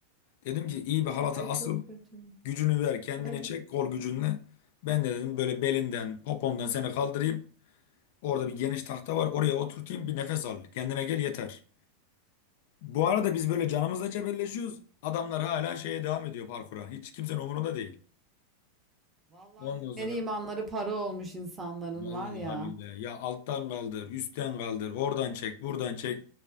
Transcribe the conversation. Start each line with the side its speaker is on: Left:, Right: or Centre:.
Left: Dedim ki iyi bir halata
Right: Ay
Left: asıl
Right: çok kötü.
Left: gücünü ver kendini
Right: E?
Left: çek kol gücünle. Ben de dedim böyle belinden popondan seni kaldırayım. Orada bir geniş tahta var oraya oturtayım bir nefes al. Kendine gel yeter. Bu arada biz böyle canımızla cebelleşiyoruz. Adamlar hala şeye devam ediyor parkura. Hiç kimsenin umurunda değil.
Right: Vallahi
Left: Ondan
Right: dinleri
Left: sonra
Right: imanları para olmuş insanların
Left: Vallahi
Right: var ya.
Left: billahi. Ya alttan kaldır, üstten kaldır, oradan çek, buradan çek.